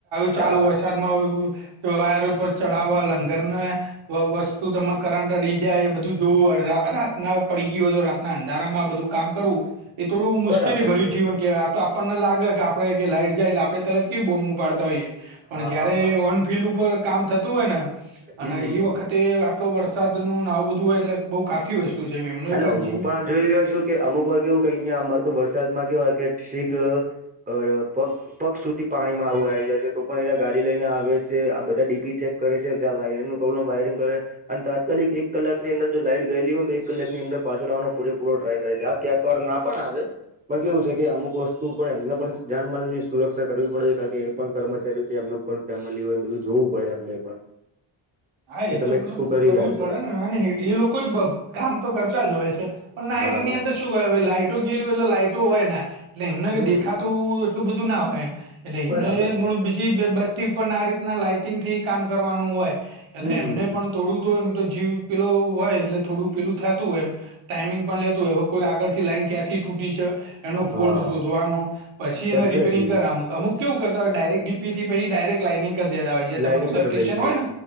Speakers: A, on the right; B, on the right.
A: ચાલુ
B: હા
A: વરસાદમાં વાયર ઉપર ચડાવવા લંગરને વસ્તુ તમાને કરંટ અડી જાય એ બધું જોવું રાતના પડી ગયું હોય તો રાતના અંધારામાં બધું કામ કરવું એ થોડું મુશ્કેલી
B: બરાબર
A: ભર્યું
B: છે
A: જીવન કેવા તો આપણને લાગે કે આપડે કે લાઈટ જાય એટલે આપણે તરત કેવી બોમ ઉપડતા હોઈએ પણ
B: હા
A: જયારે
B: હા હા
A: ઓ ફિલ્ડ ઉપર કામ થતું હોય ને
B: હમ
A: અને
B: હમ
A: એ વખત તે આટલો વરસાદ ન નાવ બધું હોય એટલે બઉ કા ઠી વસ્તુ છે. એમનો
B: હલો હું
A: જીવ
B: પણ જોઈ રહ્યો છું કે અમુક વાર કેવું કઈ અયા અમાર તો વરસાદમાં કેવાય કે શીક અરે પગ. પગ સુધી પાણીમાં આવું આવી જાય છે તો પણ એના ગાડી લઈને આવે છે આ બધા ડીપી છે. કરે છે જ વાયરિંગ નો પ્રોબ્મ વાયરિંગ કરે અને તાત્કાલિક એક કલાકની અંદર જો લાઈટ ગયેલી હોય તો. કલાકની અંદર પાછો લાવવાનો પૂરેપૂરો ટ્રાય કરે છે આ ક્યાંક વાર ના પણ આવે. પણ કેવું છે કે અમુક વસ્તુ પણ એમને પણ જાનમાલ ની સુરક્ષા કરવી પડે છે કારણ કે એ પણ કર્મચારી છે એમનો. ફેમિલી હોય બધું જોવું પડે અમને પણ.
A: હા
B: કે
A: એ
B: તમે
A: તો બધું
B: શું કરી
A: કરવું
B: રહ્યા
A: જ પડે
B: છો એમ
A: ને એ લોકો કામ તો કરતા જ હોય છે. પણ નાઇટ
B: હા
A: ની અંદર શું કહે લાઈટો ગેલી હો એટલે લાઈટો હોય ને એટલે એમને
B: હમ
A: દેખાતું એટલું બધું. ના હોય એમ એટલે એમને
B: બરાબર
A: મ
B: છે
A: બીજું. બતી ઉપર આ રીતના લાઈટિંગ થી કામ કરવાનું હોય એટ
B: હમ
A: એમને પણ. થોડું તો એમ તો જીવ પેલું હોય એટલે થોડું પેલું થતું હોય એમ. ટાઈમિંગ પણ લેતું એવ કોઈ આગળ થી લાઈન ક્યાંથી તૂટી છે. એનો ફોલ્ટ
B: હા
A: શોધવાનો પછી એને
B: એક્ઝેક્ટલી
A: રિપેરિંગ કર અમુક અમુક કેવું કરતા હોય ડાયરેક ડીપી થી પછી ડાયરેક લાાઈનિંગ કરી દેતા હોય્યા
B: લાઈનિંગ
A: તમારું સબ
B: કરી
A: સ્ટેશન
B: દઈ છે
A: હોયને.